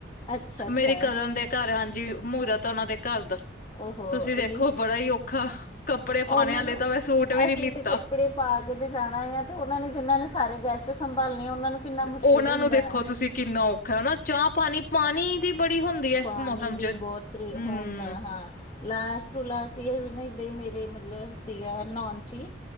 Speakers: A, on the left; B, on the left.
A: ਅੱਛਾ ਅੱਛਾ
B: ਮੇਰੀ ਕਜ਼ਨ ਦੇ, ਘਰ ਹਾਂਜੀ ਮੂਹਰਤ ਉਹਨਾਂ ਦੇ ਘਰ ਦਾ
A: ਉਹ ਹੋ,
B: ਤੁਸੀਂ ਦੇਖੋ
A: ਇਨੀ
B: ਬੜਾ ਹੀ ਔਖਾ ਕੱਪੜੇ
A: ਉਹਨਾਂ
B: ਪਾਣੇ ਵਾਲੇ
A: ਨੂੰ
B: ਤਾਂ ਮੈਂ ਸੂਟ ਵੀ ਨੀ
A: ਅਸੀਂ
B: ਲਿੱਤਾ
A: ਤੇ ਕੱਪੜੇ, ਪਾ ਕੇ ਤੇ ਜਾਣਾ ਆ ਤੇ ਉਹਨਾਂ ਨੇ ਜਿਹਨਾਂ ਨੇ ਸਾਰੇ ਗੈਸਟ ਸੰਭਾਲਣੇ ਉਹਨਾਂ ਨੂੰ, ਕਿੰਨਾ ਮੁਸ਼ਕਿਲ
B: ਉਹਨਾਂ
A: ਹੁੰਦਾ
B: ਨੂੰ ਦੇਖੋ
A: ਹੈ
B: ਤੁਸੀਂ ਕਿੰਨਾ ਔਖਾ ਹਨਾ ਚਾਹ ਪਾਣੀ, ਪਾਣੀ ਦੀ ਬੜੀ ਹੁੰਦੀ। ਹੈ ਇਸ
A: ਪਾਣੀ
B: ਮੌਸਮ
A: ਦੀ
B: ਚ
A: ਬਹੁਤਰੀ
B: ਹਮ
A: ਹੁੰਦਾ ਹਾਂ। ਲਾਸਟ ਟੂ ਲਾਸਟ ਈਅਰ ਵੀ ਨਾ ਇੱਦਾਂ ਹੀ ਮੇਰੇ ਮਤਲਬ ਸੀਗਾ ਨੋਨ ਚੀ